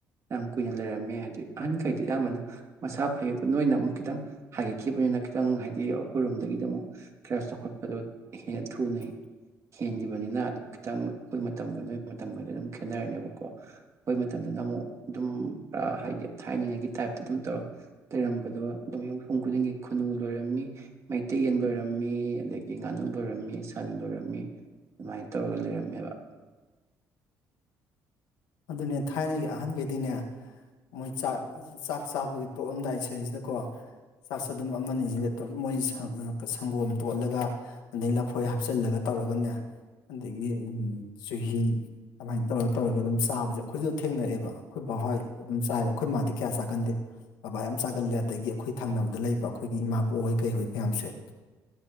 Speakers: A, on the right; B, on the left.
A: ꯌꯥꯝ ꯀꯨꯏꯅ ꯂꯩꯔꯝꯃꯦ ꯍꯥꯏꯗꯤ ꯑꯥꯍꯟꯈꯩꯗꯤ ꯑꯥꯌꯥꯝꯕꯅ ꯃꯁꯥ ꯐꯩ ꯑꯗꯨ ꯅꯣꯏꯅ ꯑꯃꯨꯛ ꯈꯤꯇꯪ ꯍꯥꯏꯒꯠꯈꯤꯕꯅꯤꯅ ꯈꯤꯇꯪ ꯍꯥꯏꯗꯤ ꯑꯩꯈꯣꯏꯔꯣꯝꯗꯒꯤꯅ ꯑꯃꯨꯛ ꯈꯔ ꯆꯥꯎꯈꯠꯄꯗꯣ ꯍꯦꯟꯅ ꯊꯨꯅꯩ
B: <inaudible>
A: ꯍꯦꯟꯒꯤꯕꯅꯤꯅ ꯗꯨ ꯈꯤꯇꯪ ꯈꯣꯏ ꯃꯇꯝꯒ ꯅꯣꯏ ꯃꯇꯝꯒꯗꯤ ꯑꯗꯨꯝ ꯈꯦꯠꯅꯔꯅꯦꯕꯀꯣ ꯭ꯈꯣꯏ ꯃꯇꯝꯗꯅ ꯑꯃꯨꯛ ꯑꯗꯨꯝ ꯔꯥ ꯍꯥꯏꯗꯤ ꯊꯥꯏꯅꯤꯡꯉꯥꯏꯒꯤ ꯇꯥꯏꯞ <unintelligible> ꯂꯩꯔꯝꯕꯗꯣ ꯑꯗꯨꯝ ꯌꯨꯝ ꯃꯤꯄꯨꯝ ꯈꯨꯗꯤꯡꯒꯤ ꯈꯨꯅꯨ ꯂꯣꯏꯔꯝꯃꯤ ꯃꯩꯇꯩ ꯌꯦꯟ ꯂꯣꯏꯔꯝꯃꯤ ꯑꯗꯒꯤ ꯉꯥꯅꯨ ꯂꯣꯏꯔꯝꯃꯤ ꯁꯟ ꯂꯣꯏꯔꯝꯃꯤ ꯑꯗꯨꯃꯥꯏꯅ ꯇꯧꯔꯒ ꯂꯩꯔꯝꯃꯦꯕ
B: ꯑꯥꯗꯨꯅꯦ ꯊꯥꯏꯅꯒꯤ ꯑꯥꯍꯟꯒꯩꯗꯤꯅꯦ ꯃꯣꯏ ꯆꯥꯛ ꯆꯥꯛ ꯆꯥꯕꯒꯤ ꯇꯣꯛꯑꯝꯗꯥꯏ ꯁꯤꯖꯩꯖꯤꯗꯀꯣ ꯆꯥꯛꯁ ꯑꯥꯗꯨꯝ ꯑꯃꯅꯤꯁꯤꯅ ꯑꯗꯨꯝ ꯃꯣꯏ ꯁꯪꯒꯣꯝ ꯇꯣꯠꯂꯒ ꯑꯥꯗꯩ ꯂꯐꯣꯏ ꯍꯥꯞꯆꯤꯜꯂꯒ ꯇꯧꯔꯒꯅꯦ ꯑꯥꯗꯒꯤ ꯎꯝ ꯆꯨꯍꯤ ꯑꯥꯗꯨꯃꯥꯏꯅ ꯇꯧꯔ ꯇꯧꯔꯒ ꯑꯗꯨꯝ ꯆꯥꯕꯖꯦ ꯈꯣꯏꯖꯨ ꯊꯦꯡꯅꯑꯦꯕ ꯈꯣꯏ ꯕꯥꯣꯏ ꯑꯗꯨꯝ ꯆꯥꯏꯕ ꯈꯣꯏ ꯃꯥꯗꯤ ꯀꯌꯥ ꯆꯥꯒꯟꯗꯦ ꯕꯕꯥ ꯌꯥꯝ ꯆꯥꯒꯜꯂꯦ ꯑꯥꯗꯒꯤ ꯈꯣꯏ ꯊꯪꯅꯕꯗ ꯂꯩꯕ ꯈꯣꯏꯒꯤ ꯏꯃꯥꯕꯣꯛꯍꯣꯏ ꯀꯩꯍꯣꯏ ꯃꯌꯥꯝꯁꯦ